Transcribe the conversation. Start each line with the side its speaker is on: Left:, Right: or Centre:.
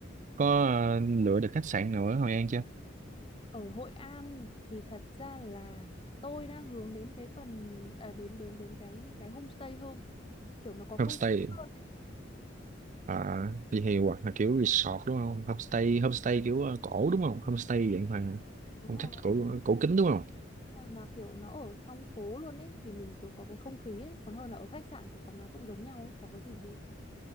Right: có ờ, lựa được khách sạn nào ở Hội An chưa
Left: Ở Hội An thì thật ra là tôi đang hướng đến cái phần à, đến đến đến cái những cái homestay hơn kiểu nó có không
Right: homestay
Left: khí hơn ấy
Right: À, vậy thì hoặc là kiểu resort đúng không? Homestay, homestay kiểu ờ, cổ đúng không? Homestay dạng mà
Left: đúng
Right: phong
Left: rồi
Right: cách cổ cổ kính đúng không?
Left: đúng rồi mà kiểu nó ở trong phố luôn ấy thì mình kiểu có cái không khí ấy còn hơn là ở khách sạn kiểu phòng nào cũng giống nhau ấy chả có gì vui